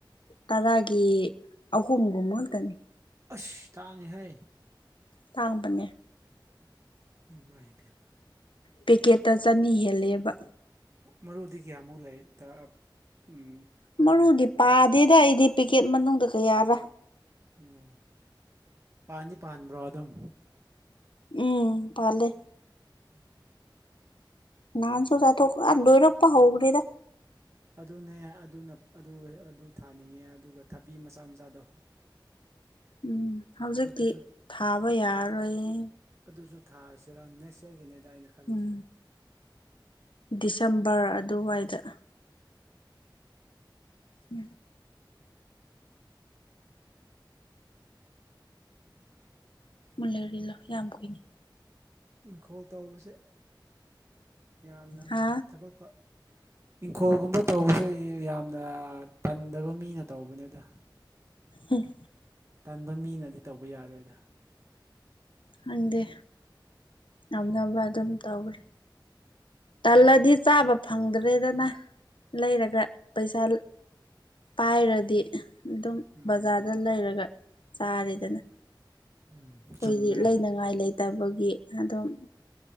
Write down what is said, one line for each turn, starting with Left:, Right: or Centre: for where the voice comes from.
Left: ꯇꯔꯥꯒꯤ ꯑꯍꯨꯝꯒꯨꯝꯕ ꯉꯛꯇꯅꯤ
Right: ꯑꯁ ꯇꯥꯡꯉꯦꯍꯩ
Left: ꯇꯥꯡꯕꯅꯦ꯫
Right: ꯏꯃꯥꯏ ꯄꯦꯝꯃꯥ ꯫
Left: ꯄꯦꯀꯦꯠꯇ ꯆꯅꯤ ꯍꯦꯜꯂꯦꯕ꯫
Right: ꯃꯔꯨꯗꯤ ꯀꯌꯥꯃꯨꯛ ꯂꯩ ꯇꯥ ꯎꯝ
Left: ꯃꯔꯨꯗꯤ ꯄꯥꯗꯦꯗ ꯑꯩꯗꯤ ꯄꯦꯛꯀꯦꯠ ꯃꯅꯨꯡꯗ ꯀꯌꯥꯔꯥ
Right: ꯎꯝ ꯄꯥꯟꯗꯤ ꯄꯥꯟꯕ꯭ꯔꯣ ꯑꯗꯨꯝ꯫
Left: ꯎꯝ ꯄꯥꯜꯂꯦ꯫
Right: ꯎꯝ
Left: ꯅꯥꯟꯁꯨ <unintelligible> ꯑꯥ ꯂꯣꯏꯔꯛꯄ ꯍꯣ꯭ꯔꯤꯗ
Right: ꯑꯗꯨꯅꯦ ꯑꯗꯨꯅ ꯑꯗꯨ ꯑꯗꯨ ꯊꯥꯅꯤꯡꯉꯦ ꯑꯗꯨꯒ ꯊꯕꯤ ꯃꯆꯥ ꯃꯆꯥꯗꯣ
Left: ꯎꯝ ꯍꯧꯖꯤꯛꯇꯤ
Right: ꯑꯗꯨꯁꯨ
Left: ꯊꯥꯕ ꯌꯥꯔꯔꯣꯏꯌꯦ
Right: ꯑꯗꯨꯁꯨ ꯊꯥꯔꯁꯤꯔꯥ ꯅꯦꯛꯁꯌꯔꯒꯤꯅꯦꯗ ꯑꯩꯅ ꯈꯜꯂꯤꯁꯦ
Left: ꯎꯝ ꯗꯤꯁꯦꯝꯕꯔ ꯑꯗꯨꯋꯥꯏꯗ ꯎꯝ <unintelligible> ꯌꯥꯝ ꯀꯨꯏꯅꯤ
Right: ꯏꯪꯈꯣꯜ ꯇꯧꯕꯁꯦ ꯌꯥꯝꯅ
Left: ꯍꯥ
Right: ꯊꯕꯛ ꯐꯥ ꯏꯪꯈꯣꯜꯒꯨꯝꯕ ꯇꯧꯕꯁꯦ ꯑꯩ ꯌꯥꯝꯅ ꯇꯟꯗꯕ ꯃꯤꯅ ꯇꯧꯕꯅꯦꯗ
Left: ꯎꯝ
Right: ꯇꯟꯕ ꯃꯤꯅꯗꯤ ꯇꯧꯕ ꯌꯥꯔꯣꯏꯗ
Left: ꯈꯪꯗꯦ ꯉꯝꯅꯕ ꯑꯗꯨꯝ ꯇꯧꯈ꯭ꯔꯦ ꯇꯜꯂꯗꯤ ꯆꯥꯕ ꯐꯪꯗ꯭ꯔꯦꯗꯅ ꯂꯩꯔꯒ ꯄꯩꯁꯥ ꯄꯥꯏꯔꯗꯤ ꯑꯗꯨꯝ
Right: ꯃꯥꯅꯦ
Left: ꯕꯖꯥꯔꯗ
Right: ꯃꯥꯅꯦ
Left: ꯂꯩꯔꯒ ꯆꯥꯔꯦꯗꯅ
Right: ꯎꯝ
Left: ꯑꯩꯈꯣꯏꯗꯤ
Right: ꯆꯨꯝꯃꯦ
Left: ꯂꯩꯅꯉꯥꯏ ꯂꯩꯇꯕꯒꯤ ꯑꯗꯨꯝ